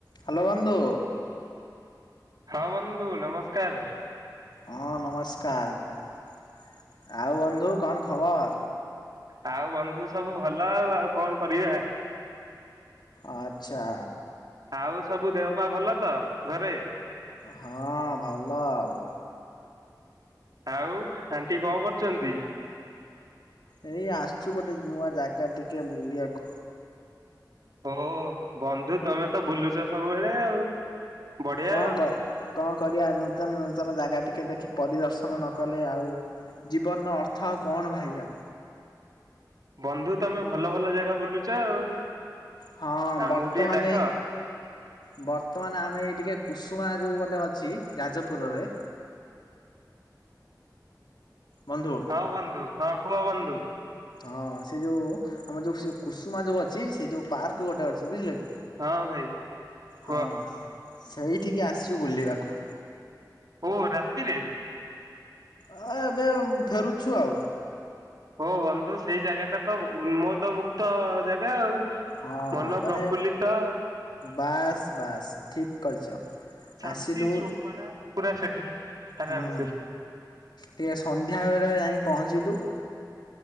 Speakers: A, on the left; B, on the right.
A: ହ୍ୟାଲୋ ବନ୍ଧୁ।
B: ହଁ ବନ୍ଧୁ ନମସ୍କାର।
A: ହଁ ନମସ୍କାର ଆଉ ବନ୍ଧୁ କଣ ଖବର?
B: ଆଉ ବନ୍ଧୁ ସବୁ ଭଲ ଆଉ ଆଉ କଣ କରିବା।
A: ଆଚ୍ଛା
B: ଆଉ ସବୁ ଦେହପା ଭଲ ତ ଘରେ।
A: ହଁ ଭଲ ଆଉ।
B: ଆଉ ଆଣ୍ଟି କଣ କରୁଛନ୍ତି?
A: ଏଇ ଆସୁଛୁ ଗୋଟେ ନୂଆ ଜାଗା ଟିକେ ବୁଲିବାକୁ।
B: ଓ ବନ୍ଧୁ ତମେ ତ ବୁଲୁଛ ସବୁବେଳେ ଆଉ। ବଢିଆ
A: କଣ
B: ଆଉ
A: କଣ କରିବା ନୂତନ ନୂତନ ଜାଗା ଟିକେ ଦେଖି ପରିଦର୍ଶନ ନକଲେ ଆଉ ଜୀବନର ଅର୍ଥ ଆଉ କଣ ଭାଇ ଆଉ।
B: ବନ୍ଧୁ ତମେ ଭଲ ଭଲ ଜାଗା ବୁଲୁଛ ଆଉ।
A: ହଁ
B: ଆମକୁ
A: ବର୍ତ୍ତମାନ
B: ଟିକେ ଡାକ
A: ଏଇ ବର୍ତ୍ତମାନ ଆମେ ଏଇ ଟିକେ କୁସୁମା ଯେଉଁ ଗୋଟେ ଅଛି ଯାଜପୁରରେ ବନ୍ଧୁ
B: ହଁ ବନ୍ଧୁ ହଁ କୁହ ବନ୍ଧୁ।
A: ହଁ ସେ ଯୋଉ ଆମର ଯୋଉ ସେ କୁସୁମା ଯୋଉ ଅଛି ସେ ଯୋଉ ପାର୍କ ଗୋଟେ ଅଛି ବୁଝିଲେ କି।
B: ହଁ ଭାଇ କୁହ।
A: ହଁ ସେଇଠିକି ଆସିବୁ ବୁଲିବାକୁ।
B: ଓହ ରାତିତିରେ।
A: ଆ ଏବେ ଫେରୁଛୁ ଆଉ।
B: ହୋ ବନ୍ଧୁ ସେଇ ଜାଗା ଟା ତ ଉନ୍ମୋଦ ମୁକ୍ତ ଜାଗା ଆଉ।
A: ହଁ
B: ମନ
A: ମାନେ
B: ପ୍ରଫୁଲ୍ଲିତ
A: ବାସ୍ ବାସ୍ ଠିକ୍ କରିଛ
B: ଶାନ୍ତି
A: ଆସିଲୁ
B: ଶୃଙ୍ଖଳା ପୁରା ସେଠି ଆରାମ
A: ହୁଁ
B: ସେ
A: ଟିକେ ସନ୍ଧ୍ୟା ବେଳେ ଯାଇ ପହଞ୍ଚିଲୁ।